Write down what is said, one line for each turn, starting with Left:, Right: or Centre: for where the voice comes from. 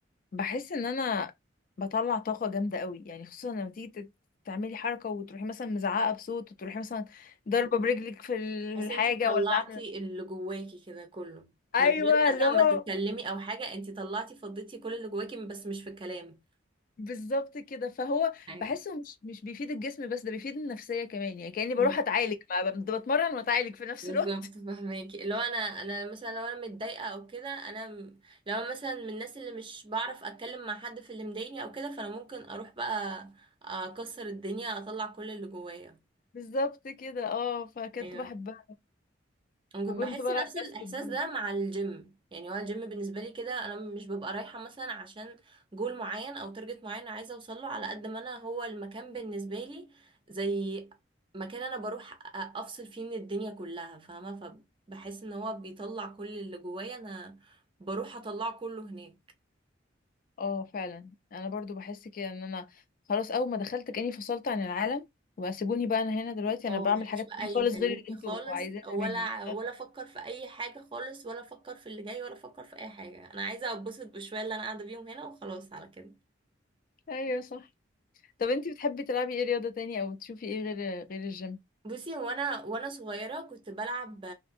Left: بحس ان انا بطلع طاقه جامده قوي يعني خصوصا لما تيجي تت- تعملي حركه وتروحي مثلا مزعقه بصوت وتروحي مثلا ضربه برجلك في الحاجه
Right: تحسي انت طلعتي
Left: ولا عامله
Right: اللي جواكي كده كله
Left: ايوه
Right: من غير مثلا
Left: اللي هو
Right: ما تتكلمي او حاجه انت طلعتي فضيتي كل اللي جواكي بس مش في الكلام
Left: بالظبط كده فهو
Right: ايوه
Left: بحسه مش مش بيفيد الجسم بس ده بيفيد النفسية كمان يعني كأني بروح
Right: مم.
Left: أتعالج مع ب- بتمرن وأتعالج في نفس
Right: بالظبط
Left: الوقت
Right: فهماكي لو انا انا مثلا لو انا متضايقه او كده انا م- لو أنا مثلا من الناس اللي مش بعرف اتكلم مع حد في اللي مضايقني او كده فانا ممكن اروح بقى اكسر الدنيا اطلع كل اللي جوايا
Left: <laughs> بالظبط كده اه فكنت
Right: ايوه
Left: بحبها
Right: ممكن
Left: وكنت
Right: بحس
Left: بلعب
Right: نفس الاحساس
Left: باسكت برضه
Right: ده مع الجيم يعني هو الجيم بالنسبه لي كده انا مش ببقى رايحه مثلا عشان جول معين او تارجت معين عايزه اوصل له على قد ما انا هو المكان بالنسبه لي زي مكان انا بروح أ- افصل فيه من الدنيا كلها فاهمه فبحس ان هو بيطلع كل اللي جوايا انا بروح اطلعه كله هناك
Left: اه فعلا انا برضو بحس كده ان انا خلاص اول ما دخلت كأني فصلت عن العالم واسيبوني بقى انا هنا دلوقتي
Right: اه
Left: انا بعمل
Right: محدش
Left: حاجات
Right: بقى
Left: تانية خالص
Right: يكلمني
Left: غير اللي انتوا
Right: خالص
Left: عايزينها
Right: ولا
Left: مني <laughs>
Right: ولا افكر في اي حاجه خالص ولا افكر في اللي جاي ولا افكر في اي حاجه انا عايزه اتبسط بشويه اللي انا قاعده بيهم هنا وخلاص على كده
Left: ايوه صح طب انتي بتحبي تلعبي ايه رياضة تانية او تشوفي ايه غير غير الجيم
Right: بصي هو انا وانا صغيره كنت بلعب آه،